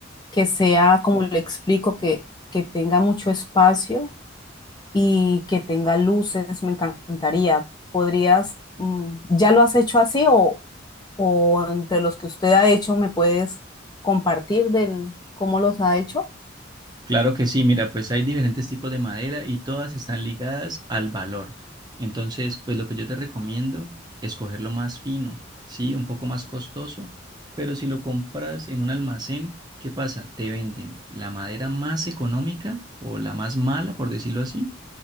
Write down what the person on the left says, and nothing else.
Que sea, como le explico, que, que tenga mucho espacio y que tenga luces, me encantaría. ¿Podrías, mm, ya lo has hecho así o, o entre los que usted ha hecho me puedes compartir del cómo los ha hecho?